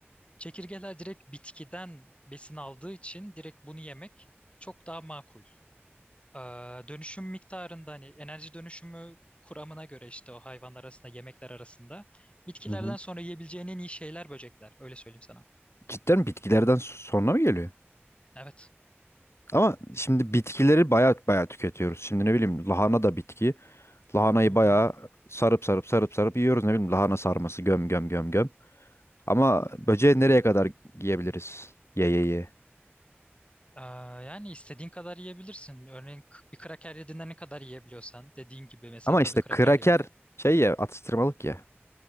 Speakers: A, on the left; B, on the left.
A: Çekirgeler direkt bitkiden besin aldığı için direkt bunu yemek çok daha makul. Aa, dönüşüm miktarında hani enerji dönüşümü kuramına göre işte o hayvanlar arasında yemekler arasında bitkilerden
B: Hı hı.
A: sonra yiyebileceğin en iyi şeyler böcekler. Öyle söyleyeyim sana.
B: Cidden bitkilerden sonra mı geliyor?
A: Evet.
B: Ama şimdi bitkileri baya baya tüketiyoruz. Şimdi ne bileyim lahana da bitki. Lahanayı
A: Hı hı.
B: baya sarıp sarıp sarıp sarıp yiyoruz. Ne bileyim lahana sarması göm göm göm göm. Ama böceği nereye kadar yiyebiliriz? Ye ye ye.
A: Aa, yani istediğin kadar yiyebilirsin. Örneğin k- bir kraker yediğinde ne kadar yiyebiliyorsan dediğin gibi mesela
B: Ama
A: tadı
B: işte
A: kraker
B: kraker
A: gibi.
B: şey ya atıştırmalık ya.